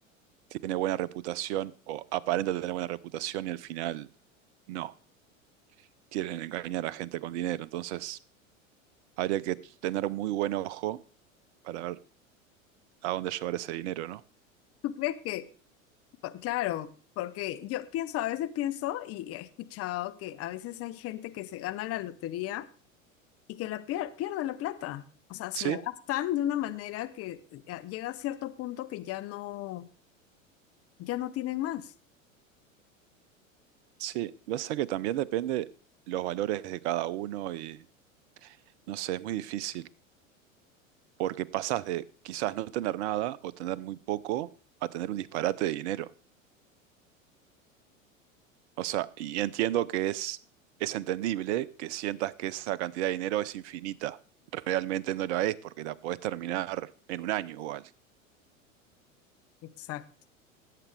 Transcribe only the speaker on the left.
¿Tú crees que, pa- claro, porque yo pienso, a veces pienso y he escuchado que a veces hay gente que se gana la lotería y que la pier- pierde la plata. O sea, se
la gastan de una manera que eh, llega a cierto punto que ya no, ya no tienen más.
Exacto.